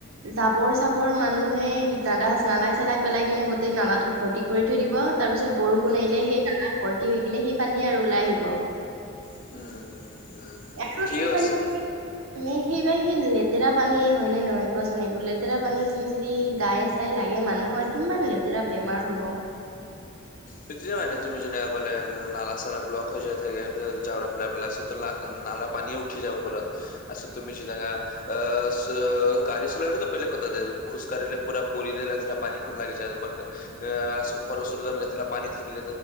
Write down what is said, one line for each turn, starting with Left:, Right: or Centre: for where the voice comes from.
Right: জাবৰ চাবৰ মানুহে দাদাচ নালাই চালাই পেলাই কিনে গোটেই নালাটো ভৰ্তি কৰি থৈ দিব তাৰ পিছত বৰষুণ
Left: উম
Right: আহিলে সেইয়া ভৰ্তি হৈ কিনে সেই পানীয়ে আৰু ওলাই আহিব।
Left: উম উম।
Right: আৰু
Left: ঠিকে
Right: সেই
Left: কৈছা।
Right: মানে- মে সেইবাৰ সেই লেতেৰা পানী হয় নে নহয় কোৱাচোন এইবোৰ? লেতেৰা পানী খিনি যদি গাই- চাই লাগে মানুহৰ কিমান লেতেৰা বেমাৰ হ'ব।
Left: সেইটোৱে মানে তুমি যেনেকে কলে নালা চালা ব্লক হৈ যোৱা থাকে জাব্ৰা পেলাই পেলাই চতুলা নালা পানীও উঠি যায় ওপৰত আচ্ছা তুমি যেনেকা <unintelligible> গাড়ী চলালেটো বেলেগ কথা দে। খোজকাঢ়িলে পুৰা পৰি দিলে পানীখন লাগি যায় তোমাৰ। আহ ঘৰৰ ওচৰততে লেতেৰা পানী থাকিলে